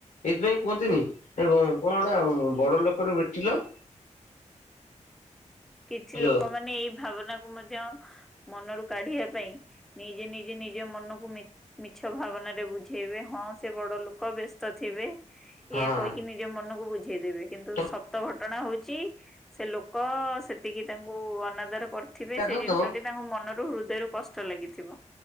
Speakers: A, on the left; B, in the centre.
A: ଏଇଥିପାଇଁ କୁହନ୍ତିନି ଏ କ କଣଟା ବଡ଼ ଲୋକର ବେଟିଲ
B: କିଛି
A: ହ୍ୟାଲୋ
B: ଲୋକମାନେ ଏଇ ଭାବନାକୁ ମଧ୍ୟ ମନରୁ କାଢ଼ିବା ପାଇଁ ନିଜେ ନିଜେ ନିଜ ମନକୁ ମି ମିଛ ଭାବନାରେ ବୁ ଝେଇବେ ହଁ ସେ ବଡ଼ ଲୋକ ବ୍ୟସ୍ତ ଥିବେ
A: ହଁ
B: ଏଇଆ କହିକି ନିଜ ମନକୁ ବୁ ବୁଝେଇଦବେ କିନ୍ତୁ
A: ତମେ
B: ସତ ଘଟଣା ହଉଛି ସେ ଲୋକ ସେତିକି ତାଙ୍କୁ ଅନାଦର। କରିଥିବେ
A: ଚା
B: ସେ
A: ଖାଉଥିବ
B: ଜିନିଷଟି ତାଙ୍କୁ ମନରୁ ହୃଦୟରୁ କଷ୍ଟ ଲାଗିଥିବ।